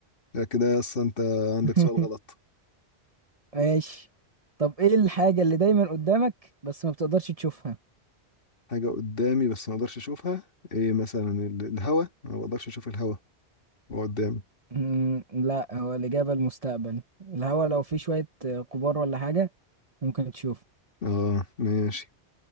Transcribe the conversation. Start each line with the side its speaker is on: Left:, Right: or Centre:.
Left: لا كده اصلا انت عندك
Right: <laughs>
Left: سؤال غلط
Right: ماشي طب ايه الحاجة اللي دايما قدامك بس ما بتقدرش تشوفها
Left: حاجه قدامي بس ما اقدرش اشوفها ايه مثلا ال- الهوا أنا ما اقدرش اشوف الهوا هو قدامي
Right: امم لا هو الإجابة المستقبل الهوا لو فيه شوية آه، غبار ولا حاجة ممكن تشوف
Left: اه ماشي